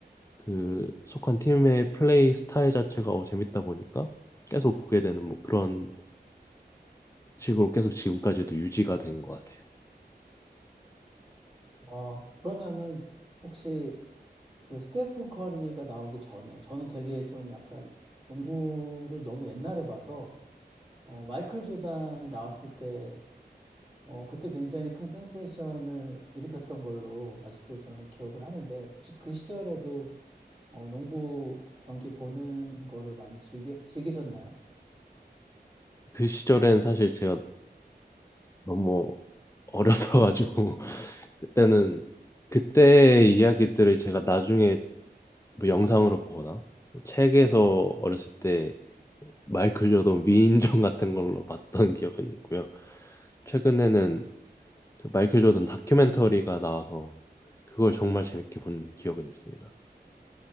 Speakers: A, on the left; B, on the right.
A: 그 속한 팀의 플레이 스타일 자체가 어, 재밌다 보니까 계속 보게 되는 뭐 그런 식으로 계속 지금까지도 유지가 된 것 같아요.
B: 어, 그러면은 혹시 그 스테픈 커리가 나오기 전에 저는 되게 좀 약간 농구를 너무 옛날에 봐서 어, 마이클 조단이 나왔을 때 어, 그때 굉장히 큰 센세이션을 일으켰던 걸로 아직도 저는 기억을 하는데 혹시 그 시절에도 어, 농구 경기 보는 거를 많이 즐기, 즐기셨나요?
A: 그 시절엔 사실 제가 너무 어렸어가지고 <laughs> 그때는 그때의 이야기들을 제가 나중에 뭐 영상으로 보거나 뭐 책에서 어렸을 때 마이클 조던 위인전 같은 걸로 봤던 기억은 있고요. 최근에는 그 마이클 조던 다큐멘터리가 나와서 그걸 정말 재밌게 본 기억은 있습니다.